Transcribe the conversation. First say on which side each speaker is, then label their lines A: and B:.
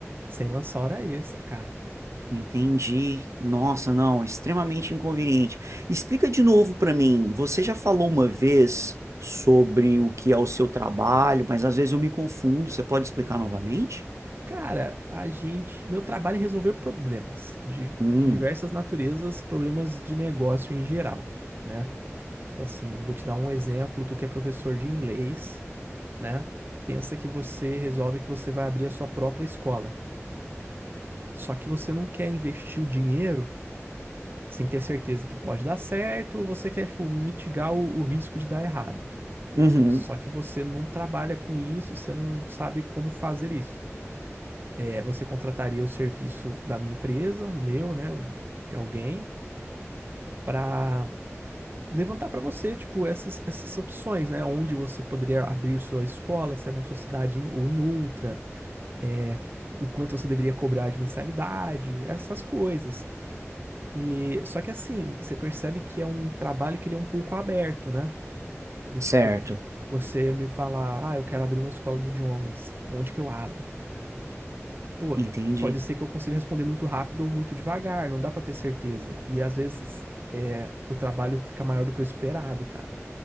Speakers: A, on the right; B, on the right.
A: sem lançar hora extra, cara.
B: Entendi. Nossa, não, extremamente inconveniente. Explica de novo para mim. Você já falou uma vez sobre o que é o seu trabalho, mas às vezes eu me confundo. Você pode explicar novamente?
A: Cara, a gente. Meu trabalho é resolver problemas de
B: Hum,
A: diversas naturezas, problemas de negócio em geral, né? Então, assim, vou te dar um exemplo. Tu que é professor de inglês, né? Pensa que você resolve que você vai abrir a sua própria escola. Só que você não quer investir o dinheiro sem ter certeza que pode dar certo, você quer, tipo, mitigar o, o risco de dar errado.
B: uhum,
A: Só que você não trabalha com isso, você não sabe como fazer isso. é, você contrataria o serviço da minha empresa, o meu, né, o de alguém, para levantar para você, tipo, essas, essas opções, né, onde você poderia abrir sua escola, se é na sua cidade em- ou em outra, é, o quanto você deveria cobrar de mensalidade, essas coisas. E só que assim, você percebe que é um trabalho que ele é um pouco aberto, né? Do
B: certo.
A: tipo, você me falar, ah, eu quero abrir uma escola de idiomas, onde que eu abro? pô,
B: Entendi.
A: pode ser que eu consiga responder muito rápido ou muito devagar, não dá pra ter certeza. E às vezes é, o trabalho fica maior do que o esperado, cara.